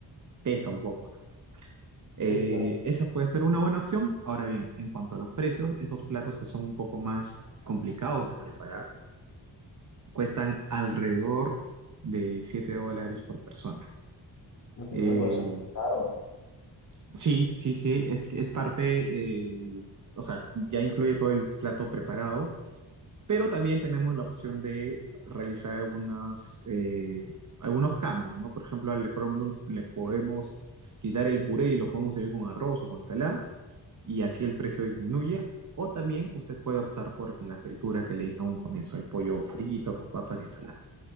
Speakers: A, on the right; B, on the left.
A: pesa un poco, ¿no? Eh,
B: Sí, claro.
A: esa puede ser una buena opción. Ahora bien, en cuanto a los precios, estos platos que son un poco más complicados de preparar cuestan alrededor de 7 dólares por persona.
B: Pues
A: Eh,
B: tener, pues eso. Claro.
A: sí, sí, sí, es, es parte, eh, o sea, ya incluye todo el plato preparado, pero también tenemos la opción de realizar algunas, eh, algunos cambios, ¿no? Por ejemplo, al Le Cordon Bleu le podemos quitar el puré y lo podemos servir con arroz o con ensalada y así el precio disminuye. O también usted puede optar por la fritura que le dije a un comienzo, el pollo frito con papas y ensalada.